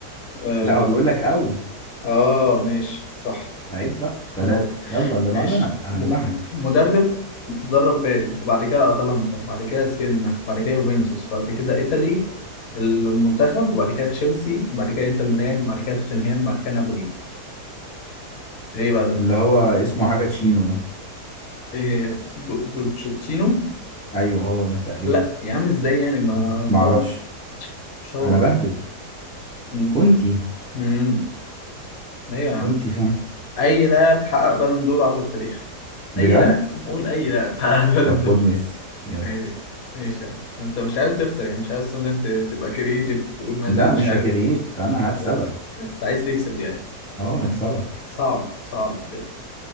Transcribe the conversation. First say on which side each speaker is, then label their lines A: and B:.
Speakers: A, on the left; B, in the centre.
A: اه,
B: لا هو بيقول لك او
A: آه ماشي صح
B: عيب بقى تلاتة
A: انا
B: يلا اللي
A: ماشي
B: بعد انا هذبحك
A: م... م- مدرب درب باري وبعد كده اتلانتا وبعد كده سينا وبعد كده يوفنتوس وبعد كده ايطالي المنتخب وبعد كده تشيلسي وبعد كده انتر ميلان وبعد كده توتنهام وبعد كده نابولي ايه بقى ده؟
B: اللي هو اسمه حاجة تشينو ده
A: إيه ب- بولتشيتينو
B: ايوه هو ده تقريبا
A: لا يا عم ازاي يعني ما
B: معرفش
A: ده شهرة
B: انا بهبد
A: مم.
B: كنتي
A: مم. ايوه يا عم
B: كنتي فعلا
A: اي لاعب حقق بالون دور عبر التاريخ
B: بجد
A: اي لاعب قول اي لاعب حقق <laughs> بالون
B: طب خد
A: دور
B: ميسي يلا
A: ماشي ماشي يا عم انت مش عايز تخسر يعني مش عايز مثلا ت- تبقى كرييتيف تقول مثلا
B: لا
A: مش
B: مش
A: عارف
B: هكريت انا هكسبك
A: آه، انت عايز تكسب يعني
B: اهو
A: مم.
B: هكسبك
A: صعب صعب كده